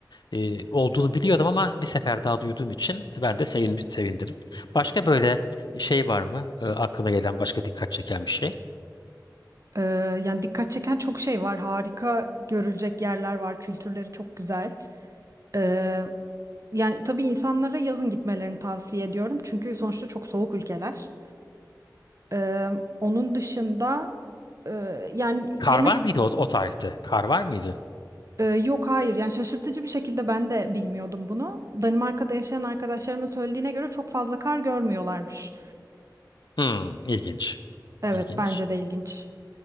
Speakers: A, on the left; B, on the right.
A: E, olduğunu biliyordum ama bir sefer daha duyduğum için ben de sevin- sevindim. Başka böyle şey var mı? E, aklına gelen başka dikkat çeken bir şey?
B: Ee, yani dikkat çeken çok şey var. Harika görülecek yerler var. Kültürleri çok güzel. Ee, yani tabii insanlara yazın gitmelerini tavsiye ediyorum. Çünkü sonuçta çok soğuk ülkeler. Ee, onun dışında e, yani
A: Kar
B: yemek
A: var mıydı o, o tarihte? Kar var mıydı?
B: e, yok hayır. Yani şaşırtıcı bir şekilde ben de bilmiyordum bunu. Danimarka'da yaşayan arkadaşlarımın söylediğine göre çok fazla kar görmüyorlarmış.
A: Hmm, ilginç.
B: Evet
A: İlginç.
B: bence de ilginç.